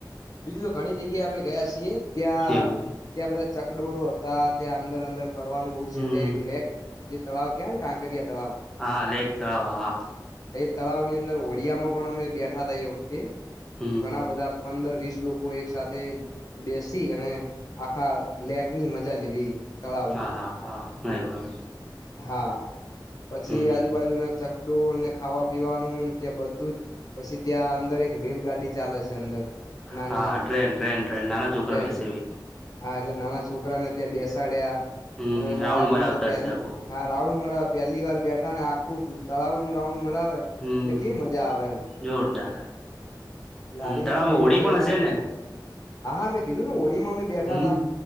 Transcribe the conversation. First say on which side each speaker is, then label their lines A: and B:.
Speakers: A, on the left; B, in the centre.
A: બીજું તો ઘણી જગ્યા અમે ગયા છીએ ત્યાં
B: એવું
A: ત્યાં બધા ચકડોળો હતા ત્યાં અંદર અંદર ફરવાનું બઉુ
B: હમ
A: છે ત્યાં એક લેખ જે તળાવ કયા ને કાંકરિયા તળાવ
B: હા લેખ તળવા
A: તળાવ ની અંદર ઓડિયા માં પણ અમે બેઠા તા એ વખતે
B: હમ
A: ઘણા બધા પંદર વીસ લોકો એક સાથે બેસી અને આખા લેક ની મજા લીધી તળાવની
B: હા હા હા એવું
A: હા પછી
B: એમ હમ
A: આજુબાજુના ચ ડોળને ખાવા પીવાનુંને ત્યાં બધું જ પછી ત્યાં અંદર એક રેલગાડી ચાલે છે અંદર નાની
B: હા
A: એવી
B: ટ્રેન ટ્રેન ટ્રે નાના છોકરા
A: ટ્રેન
B: બેસે એવી
A: હા એટલે નાના છોકરાને ત્યાં બેસાડ્યા
B: હમ
A: અને બાળકને
B: રાઉન્ડ મરાવતા
A: તો પહે
B: હશે આખું
A: હ રાઉન્ડ મળરા પેલી વાર બેઠા ને આખું તળાવ નું રાઉન્ડ મરાવે એટલે
B: હમ
A: કેવી મજા આવે એમ
B: જોરદાર
A: એટલે
B: હમ
A: આવી
B: તળાવમાં
A: રીતની અમે
B: હોડી
A: ત્યાં
B: પણ હશે ને
A: હા હા મે રીમાં બેઠા
B: હમ
A: થા